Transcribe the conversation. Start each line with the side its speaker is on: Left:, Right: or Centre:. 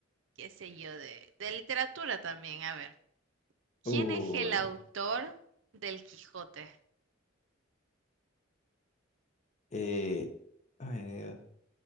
Right: qué sé yo, de, de literatura también. A ver, ¿quién
Left: <laughs> Uy.
Right: es el autor del Quijote?
Left: Eh, ay, Dios.